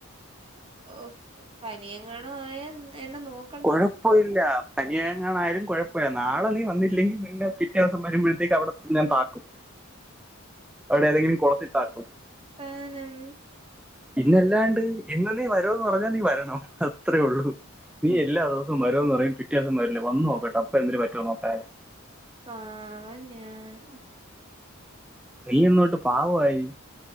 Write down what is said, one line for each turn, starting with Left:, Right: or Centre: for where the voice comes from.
Right: ഓഹ് പനിയെങ്ങാണു ആയാ എന്നെ നോക്
Centre: കുഴപ്പൊ ഇല്ല പനിയെങ്ങാണു ആയാലും കുഴപ്പല്ല നാളെ നീ വന്നില്ലെങ്കിൽ പിന്നെ പിറ്റേ ദിവസം വരുമ്പോഴത്തേക്ക് അവിടെ ഞാൻ താക്കും. അവിടെ ഏതെങ്കിലും കൊളത്തീ താഴ്ത്തും
Right: പാനം
Centre: പിന്നെല്ലാണ്ട് ഇന്ന് നീ വരൂന്ന് പറഞ്ഞാ നീ വരണം അത്രേള്ളൂ. നീ എല്ലാ ദൂസം വരൂന്ന് പറയും പിറ്റേ ദിവം വരില്ല വന്ന് നോക്കട്ടെ അപ്പ എന്ത് പറ്റുന്ന്നേക്കാ
Right: പാവം ഞാൻ
Centre: നീ യ്യെന്നേട്ട് പാവയി.